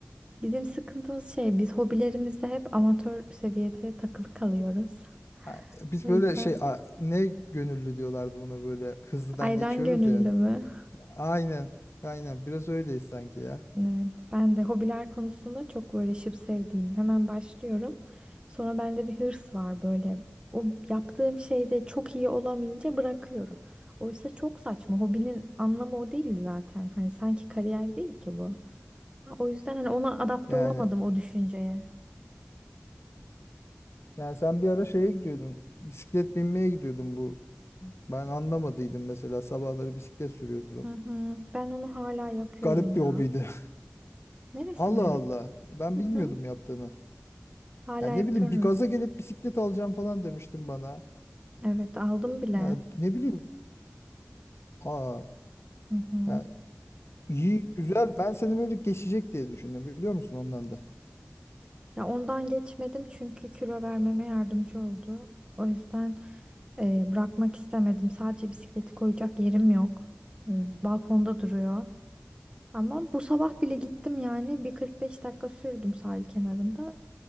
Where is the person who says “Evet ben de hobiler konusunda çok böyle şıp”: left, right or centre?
Right